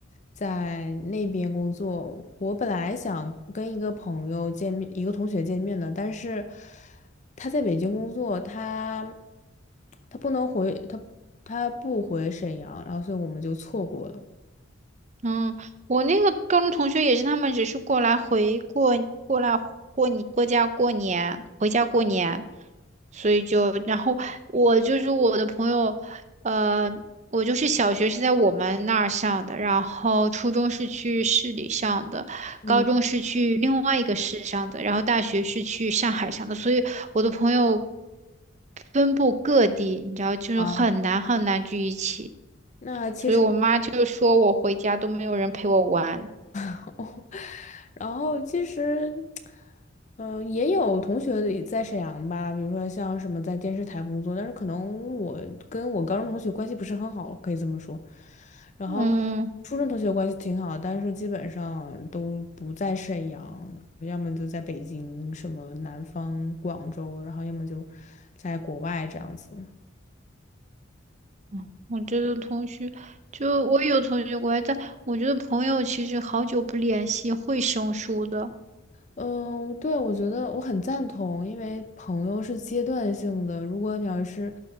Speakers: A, on the left; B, on the right.
A: 在那边工作。我本来想跟一个朋友见面，一个同学见面的，但是他在北京工作，他他不能回，他他不回沈阳，然后所以我们就错过了。
B: 嗯，我那个高中同学也是，他们只是过来回过过来过你过家过年，回家过年，所以就然后我就是我的朋友，呃，我就是小学是在我们那儿上的，然后初中是去市里上的，
A: 嗯
B: 高中是去另外一个市上的，然后大学是去上海上的，所以我的朋友分布各地，你知道，就是很难很难聚一起。
A: 啊，那其实。
B: 所以我妈就说我回家都没有人陪我玩。
A: <laughs> 然后其实，嗯、也有同学也在沈阳吧，比如说像什么在电视台工作，但是可能我跟我高中同学关系不是很好，可以这么说。然后
B: 嗯，
A: 初中同学关系挺好，但是基本上都不在沈阳，要么就在北京、什么南方、广州，然后要么就在国外这样子。
B: 嗯我这个同学，就我有同学过来，但我觉得朋友其实好久不联系会生疏的，
A: 嗯，对，我觉得我很赞同，因为朋友是阶段性的。如果你要是